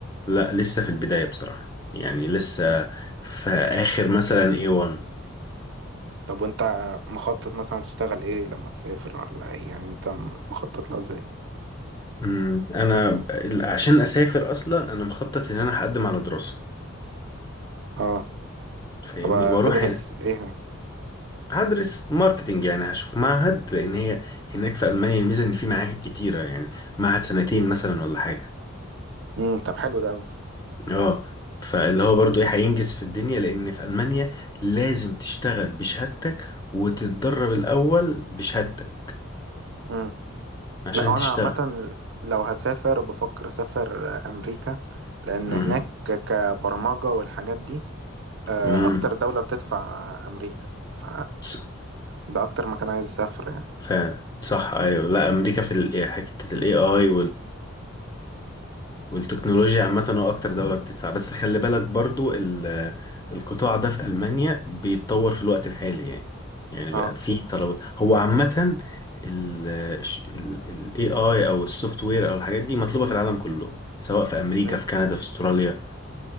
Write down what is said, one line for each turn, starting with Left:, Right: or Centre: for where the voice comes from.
Left: لا لسه في البدايه بصراحه يعني لسه
Right: مم.
Left: في اخر مثلا A1
Right: طب وانت مخطط مثلا تشتغل ايه لما تسافر ولا ايه يعني انت مخطط لها ازاي
Left: أمم، انا ال- عشان اسافر اصلا انا مخطط ان انا هقدم على دراسه
Right: اه
Left: فاهمني
Right: طب
Left: واروح
Right: تدرس
Left: هنا
Right: ايه
Left: هدرس ماركتنج يعني هشوف معهد لان هي هناك في المانيا الميزه ان في معاهد كتيره يعني معهد سنتين مثلا ولا حاجه
Right: امم طب حلو ده قوي
Left: اه فاللي هو برضو ايه هينجز في الدنيا لان في المانيا لازم تشتغل بشهادتك وتتدرب الاول بشهادتك
Right: امم
Left: عشان
Right: لا وانا
Left: تشتغل
Right: عامه لو هسافر بفكر اسافر امريكا لان
Left: امم
Right: هناك كبرمجه والحاجات دي آه،
Left: امم
Right: اكتر دوله بتدفع امريكا ف
Left: س-
Right: ده اكتر مكان عايز اسافر يعني
Left: فعلا صح ايوه لا امريكا في ال- إيه، حته الاي اي والتكنولوجيا عامة هو أكتر دولة بتدفع بس خلي بالك برضو ال- القطاع ده في ألمانيا بيتطور في الوقت الحالي يعني يعني
Right: اه
Left: بقى في طلب هو عامة ال ال ال AI أو السوفت وير أو الحاجات دي مطلوبة في العالم كله سواء في أمريكا
Right: امم
Left: في كندا في أستراليا